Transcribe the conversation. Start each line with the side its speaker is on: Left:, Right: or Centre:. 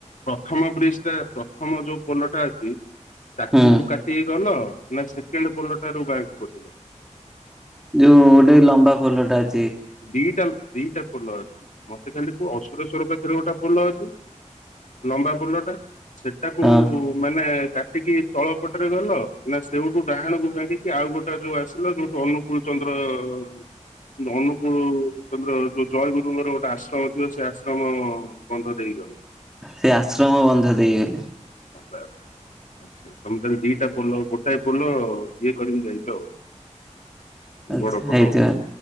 Left: ପ୍ରଥମ ବ୍ରିଜଟା ପ୍ରଥମ ଯୋଉ ପୋଲଟା ଅଛି ତାକୁ
Centre: ହୁଁ
Left: କାଟି ପୋଲ ନା ସେକେଣ୍ଡ ପୋଲଠାରୁ ବାଁ କୁ କଟିଲ।
Centre: ଯୋଉ ଗୋଟେ ଲମ୍ବା ପୋଲଟା ଅ
Left: ଦିଇଟା ଦିଇଟା ପୋଲ ଅଛି ମତେ ଖାଲି କୁହ ଅସୁରେଶ୍ଵର ପାଖରେ ଗୋଟେ ପୋଲ ଅଛି ଲମ୍ବା ପୋଲଟା ସେଟାକୁ
Centre: ହଁ
Left: ମାନେ କାଟିକି ତଳ ପଟରେ ଗଲ ନା ସେଇଠୁ ଡାହାଣକୁ ଭାଙ୍ଗିକି ଆଉ ଗୋଟେ ଯୋଉ ଆସିଲ ଯୋଉଠୁ ଅନୁକୂଳ ଚ <unintelligible> ଅନୁ ଯୋଉ ତମର ଯୋଉ ଜୟଗୁରୁଙ୍କର ଗୋଟେ ଆଶ୍ରମ ଥିବ ସେ ଆଶ୍ରମ ବନ୍ଧ ଦେଇଗଲେ
Centre: ସେ ଆଶ୍ରମ ବନ୍ଧ ଦେଇଗଲେ।
Left: ହ। ଆଚ୍ଛା ତମେ ତାହେଲେ ଦିଟା ପୋଲ ଗୋଟାଏ ପୋଲ ଇଏ କରିକି ଯାଇଚ ଆଉ।
Centre: ଆଛା
Left: ବଡ ପୋଲ
Centre: ହେଇଥିବ
Left: ଆଉ।